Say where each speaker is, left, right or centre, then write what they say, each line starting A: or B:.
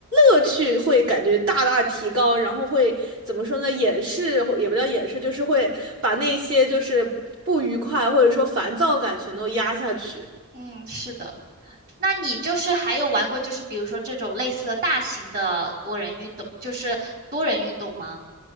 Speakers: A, on the right (about 70°); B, on the right (about 45°).
A: 乐趣会感觉大大提高，然后会怎么说呢？掩饰或也不叫掩饰，就是会把那些就是不愉快或者说烦躁感全都压下去。
B: 嗯是的。那你就是还有玩过，就是比如说这种类似的大型的多人运动，就是多人运动吗？